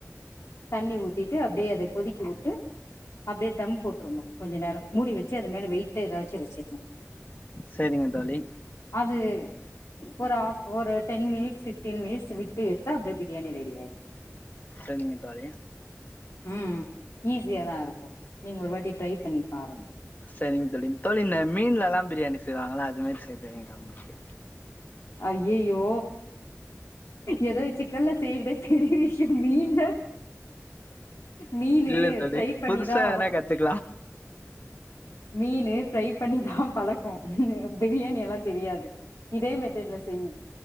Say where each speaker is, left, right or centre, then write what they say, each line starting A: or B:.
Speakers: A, on the left; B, on the left.
A: தண்ணி ஊத்திட்டு அப்பிடியே அத கொதிக்கு உட்டு அப்பிடியே தம் போட்டுருனு கொஞ்சொ நேரொ மூடி வெச்சு அது மேல வெயிட்ட எதாச்சு வெச்சுருனு
B: செரிங்க தோழி
A: அது ஒரு ஆஃப் ஒரு டென் மினிட்ஸ் ஃபீப்டீன் மினிட்ஸ் விட்டு எடுத்தா அப்டியே பிரியாணி ரெடியாயிரு
B: செரிங்க தோழி
A: ம் ஈஸியா தா இருக்கு நீங்க ஒரு வாட்டி ட்ரை பண்ணி பாருங்
B: செரிங்க தோழி தோழி ன் இந்த மீன்ல எல்லாம் பிரியாணி செய்வாங்கள அது மாரி செய் தெரியுங்ளா உங்களுக்கு
A: அய்யய்யோ எதோ சிக்கன்ல செய்றதே பெரிய விஷ்யொ மீன்ல மீனு
B: இல்ல தோழி
A: ஃப்ரை பண்ணிதா
B: புதுசா எதனா கத்துக்கலா
A: மீனு ஃப்ரை பண்ணிதா பழக்கோ பிரியாணி எல்லா தெரியாது இதே மெத்தட்ல செயி